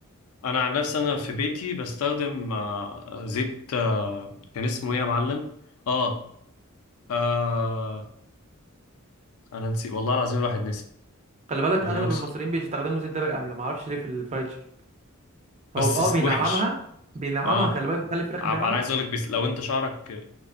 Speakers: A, on the left; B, on the right.
A: انا عن نفسي انا في بيتي بستخدم آه، زيت آه، كان اسمه ايه يا معلم اه آه انا نسيت والله العظيم الواحد نسي
B: خلي بالك
A: يعني
B: اغلب
A: يكسر
B: المصريين بيستخدموا زيت دابر امله معرفش ليه في الفرايد تشيكن
A: بس
B: هو ب- اه
A: س-
B: بينعمها
A: وحش
B: بينعمها
A: اه
B: خلي بالك بيخلي الفراخ
A: عب-
B: ناعمه
A: انا عايز اقولك بس لو انت شعرك